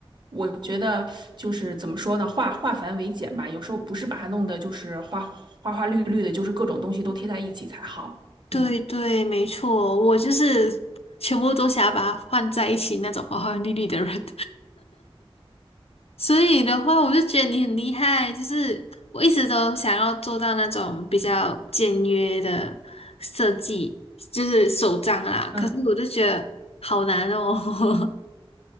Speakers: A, on the right (about 50°); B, on the left (about 90°).
A: 我觉得就是怎么说呢，化化繁为简吧。有时候不是把它弄得就是花花花绿绿的，就是各种东西都贴在一起才好。
B: 对对，
A: 嗯
B: 没错，我就是全部都想要把它放在一起那种花花绿绿的人。所以的话，我就觉得你很厉害，就是我一直都想要做到那种比较简约的设计，就是手账啦。
A: 嗯，
B: 可是我就觉得好难哦。<laughs>